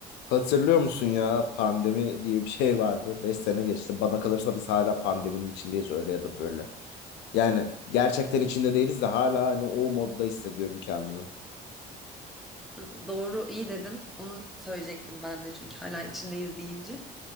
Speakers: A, on the left; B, in the centre.
A: Hatırlıyor musun ya pandemi diye bir şey vardı. beş sene geçti. Bana kalırsa biz hala pandeminin içindeyiz öyle ya da böyle. Yani gerçekten içinde değiliz de hala hani o modda hissediyorum kendimi.
B: Hı, Doğru, iyi dedin. Onu söyleyecektim ben de çünkü hala içindeyiz deyince.